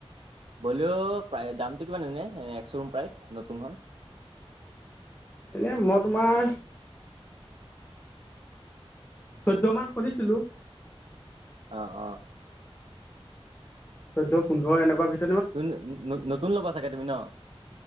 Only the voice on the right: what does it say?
বলেও প্ৰায় দামটো কিমান এনে একশ ক্ৰম প্ৰাইচ নতুনখন?
অ ', অ'
ত' নতুন ল'বা চাগে তুমি ন?